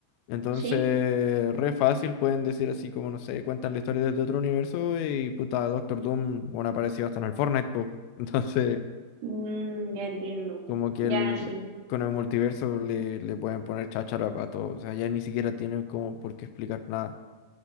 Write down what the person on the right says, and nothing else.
sí,
mm, ya entiendo.
Ya,
sí,